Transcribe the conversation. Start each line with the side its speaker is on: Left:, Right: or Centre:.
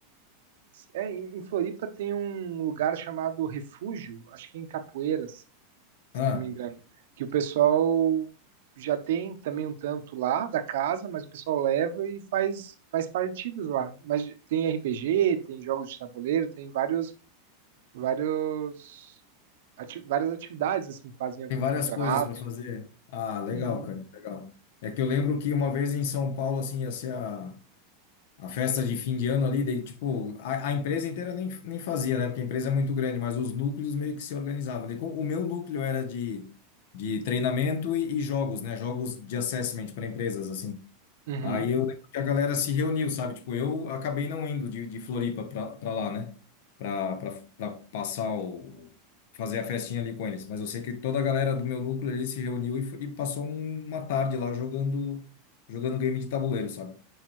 Right: É, em em Floripa tem um lugar chamado Refúgio, acho que é em Capoeiras, se
Left: Ah,
Right: não me engano. Que o pessoal já tem também um tanto lá da casa, mas o pessoal leva e faz, faz partidas lá. Mas tem RPG, tem jogos de tabuleiro, tem vários, vários, ati- várias atividades, assim, fazem algum
Left: Tem várias
Right: campeonato.
Left: coisas para fazer. Ah, legal,
Right: Uhum.
Left: cara, legal. É que eu lembro que uma vez em São Paulo, assim, ia ser a, a festa de fim de ano ali, daí, tipo, a, a empresa inteira nem, nem fazia, né? Porque a empresa é muito grande, mas os núcleos meio que se organizavam. Daí, co- o meu núcleo era de, de treinamento e, e jogos, né? Jogos de assessment para empresas, assim.
Right: Uhum.
Left: Aí eu lembro que a galera se reuniu, sabe? Tipo, eu acabei não indo de, de Floripa pra, pra lá, né? Pra, pra, pra passar o... fazer a festinha ali com eles. Mas eu sei que toda a galera do meu núcleo ali se reuniu e, foi- e passou um- uma tarde lá jogando, jogando game de tabuleiro, sabe?